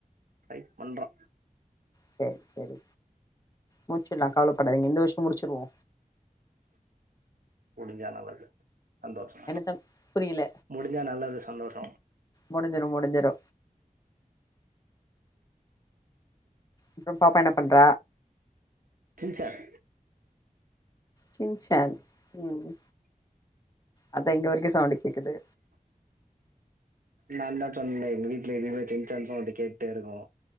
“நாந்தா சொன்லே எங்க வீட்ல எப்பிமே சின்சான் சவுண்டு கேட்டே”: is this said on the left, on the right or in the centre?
Right